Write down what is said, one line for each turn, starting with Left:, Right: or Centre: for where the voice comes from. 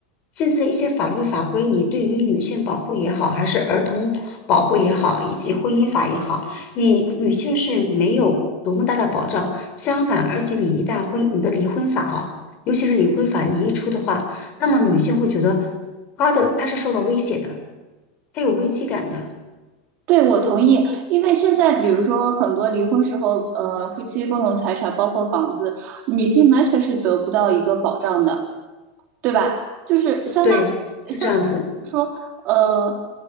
Left: 现在的一些法律法规，你对于女性保护也好，还是儿童保护也好，以及婚姻法也好，你女性是没有多么大的保障。相反，而且你一旦婚，你的离婚法啊，尤其是离婚法，你一出的话，那么女性会觉得她的她是受到威胁的，她有危机感的。
Right: 对，我同意，因为现在比如说很多离婚时候，呃，夫妻共同财产包括房子，女性完全是得不到一个保障的。对吧？就是相当相当于说，
Left: 对，是这样子。
Right: 呃，